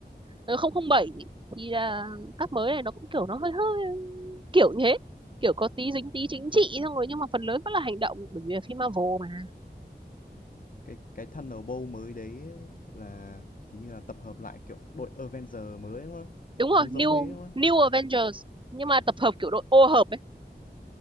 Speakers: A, on the right; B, on the left.
A: <laughs> không không bảy thì là các mới này nó cũng kiểu nó hơi hơi kiểu như thế kiểu có tí dính tí chính trị xong rồi nhưng mà phần lớn vẫn là hành động bởi vì là phim Marvel mà
B: cái cái Thunderbolt mới đấy là hình như là tập hợp lại kiểu đội Avenger mới đúng không
A: đúng rồi
B: giống giống
A: New
B: thế đúng không
A: New Avengers nhưng mà tập hợp kiểu đội ô hợp ấy